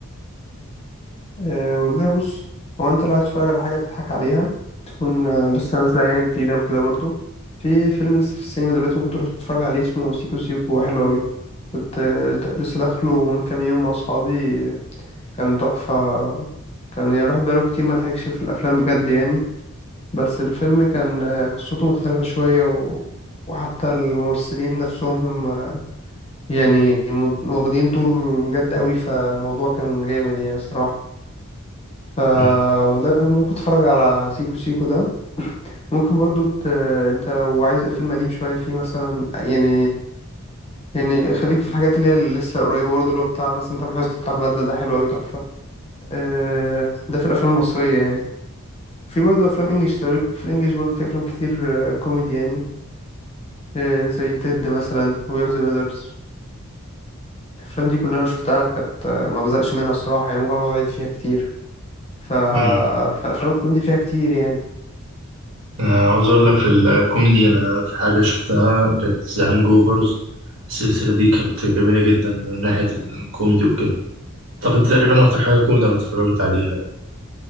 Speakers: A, on the left; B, on the right.
A: أه والله بص هو انت لو عايز تتفرج على حاجة تضحك عليها تكون آه، لسه نازلة يعني جديدة وكده برضو في فيلم لسه في السينما دلوقتي ممكن تروح تتفرج عليه اسمه سيكو سيكو حلو أوي كنت آه، د- لسه داخله من كام يوم مع أصحابي كان تحفة كان يعني الواحد بقاله كتير ما ضحكش في الأفلام بجد يعني بس الفيلم كان آه، قصته مختلفة شوية و... وحتى الممثلين نفسهم هم يعني واخدين دور بجد أوي فالموضوع كان جامد يعني صراحة ف
B: ايوه
A: والله ممكن تتفرج على سيكو سيكو ده ممكن برضو ت... انت لو عايز فيلم قديم شوية فيه مثلا يعني يعني خليك في الحاجات اللي هي اللي لسه قريبة برضو اللي هو بتاع مثلا تامر حسني بتاع البدلة ده حلو أوي تحفة آه، ده في الأفلام المصرية يعني في برضو أفلام إنجلش تاريخ في الإنجليش برضو في أفلام كتير آه، كوميدي يعني آه، زي تيد مثلا وير ذا ميلرز الأفلام دي كلها أنا شفتها كانت آه، ما بزقش منها الصراحة يعني ممكن أقعد أعيد فيها كتير ف...
B: ايوه
A: فالأفلام الكوميدي فيها كتير يعني
B: آه، عاوز اقول لك في الكوميدي انا في حاجة شفتها كانت ذا هانج اوفرز السلسلة دي كانت جميلة جدا من ناحية الكوميدي وكده اعتقد تقريبا اكتر حاجة كوميدي انا اتفرجت عليها